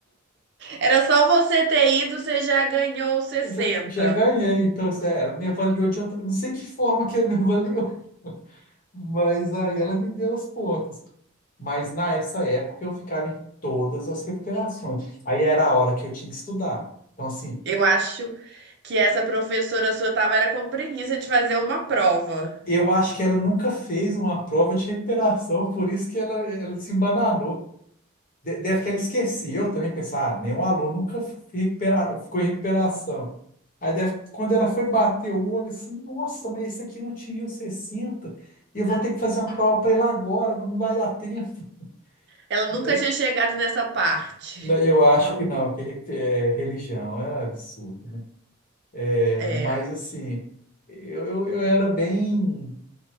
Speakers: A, on the right; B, on the left.
A: era só você ter ido, você já ganhou sessenta
B: Eu já, já ganhei, então, assim, ah, ela me avaliou de outra. Não sei que forma que ela me <laughs> avaliou, mas aí ela me deu os pontos. Mas nessa época eu ficava em todas as recuperações. Aí era a hora que eu tinha que estudar. Então, assim,
A: Eu acho que essa professora sua tava era com preguiça de fazer uma prova.
B: eu acho que ela nunca fez uma prova de recuperação, por isso que ela, ela se embananou. de- Deve que ela esqueceu também, pensar, ah, nenhum aluno nunca fi- recupera, ficou em recuperação. Aí deve, que quando ela foi bater o olho, assim, nossa, mas esse aqui não atingiu 60 e eu vou ter que fazer uma prova para ele agora, mas não vai dar tempo.
A: Ela nunca
B: De-
A: tinha chegado nessa parte.
B: Eu acho que não, que re- é, religião é absurdo. É,
A: É.
B: Mas, assim, eu, eu eu era bem.